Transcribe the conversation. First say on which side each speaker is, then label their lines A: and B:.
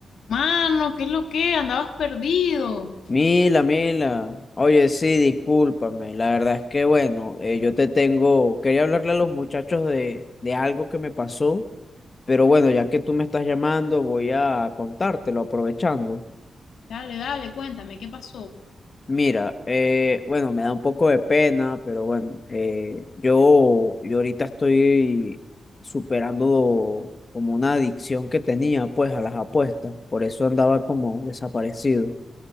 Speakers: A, on the left (about 80°); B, on the left (about 45°).
A: Mano, ¿qué es lo que? Andabas perdido.
B: Mila, Mila, oye, sí, discúlpame, la verdad es que bueno, eh, yo te tengo, quería hablarle a los muchachos de, de algo que me pasó, pero bueno, ya que tú me estás llamando, voy a contártelo aprovechando.
A: Dale, dale, cuéntame, ¿qué pasó?
B: Mira, eh, bueno, me da un poco de pena, pero bueno, eh, yo, yo ahorita estoy superando como una adicción que tenía pues a las apuestas, por eso andaba como desaparecido.